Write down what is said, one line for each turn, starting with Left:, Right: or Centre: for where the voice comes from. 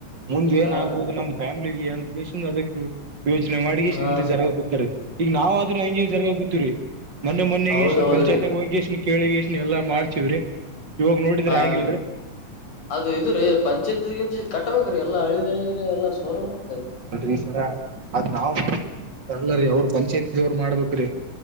Right: ಮುಂದ
Left: ಹಾ
Right: ಏನ್ ಆಗ್ಬುದು ನಮ್ ಫ್ಯಾಮಿಲಿಿಗೆ ಅಂತೇಶನ್ ಅದ ಯೋಚನೆ ಮಾಡಿ
Left: ಹಾ
Right: ಹಿಂದ ಜರಗ ಗೊತ್ತತರಿ ಈಗ ನಾವ ಆದ್ರೂ ಹಂಗೆ ಜರಗ ಗತ್ತವ್ರರಿ ಮೊೆ ಮೊನ್ನೆಗೆ
Left: ಹೌದೌದ್ರಿ
Right: ಎಷ್ಟ್ಣ ಪಂಚಾಯತಿಗ್ ಹೋಗಿ ಎಷ್ಟ್ಣ ಕೇಳಿಗೆ ಎಷ್ಟ್ಣ ಎಲ್ಲಾ ಮಾಡ್ತೀವ್ರಿ ನೋಡಿದ್ರ
Left: ಹಾ
Right: ಆಗಿಲ್ರೀ
Left: ರೀ ಅದು ಇ್ರೀ ಪಂಚಾಯತ್ಗಿಂ ಕಟ್ಟಬೇಕ್ರೀ ಎಲ್ಲಾ ಹಳಿದ್ರರಿ ಎಲ್ಲಾ ಸೋರ್ಲ್ಲ ಮ
Right: ಅಲ್ರರಿ ಈ ಸರ ಅದ್ ನಾವ್ ಮಾಡ ಅಲ್ಲರ ಅವ್ರರು ಪಂಚಾಯತಿ ದವ್ರ ಮಾಡ್ಬೇಕ್ರೀ